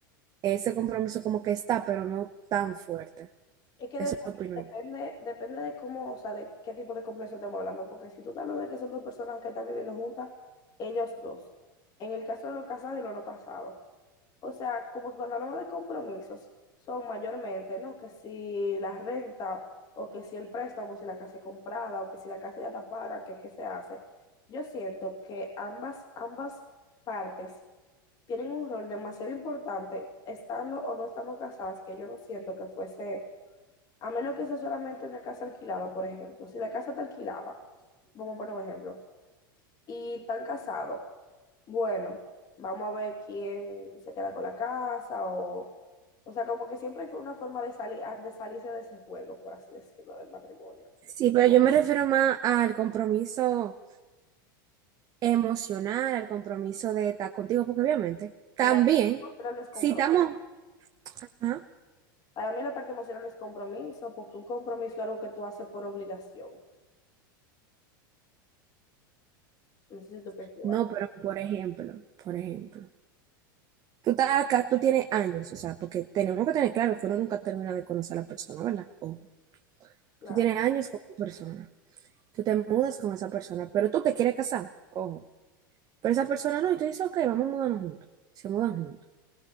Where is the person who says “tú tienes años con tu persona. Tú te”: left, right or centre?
Right